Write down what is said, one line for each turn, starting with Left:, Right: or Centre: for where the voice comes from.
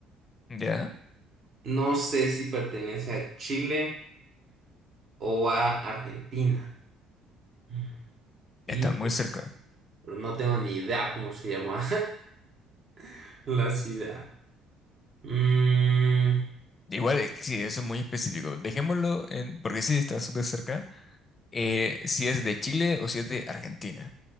Left: Ya,
Right: No sé si pertenece a Chile o a Argentina. Mm.
Left: están
Right: Y
Left: muy cerca.
Right: pero no tengo ni idea cómo se llama <laughs> la ciudad. Mm,
Left: Igual, eh, sí, eso es muy específico. Dejémoslo en, porque sí, está súper cerca. eh, si es de Chile o si es de Argentina.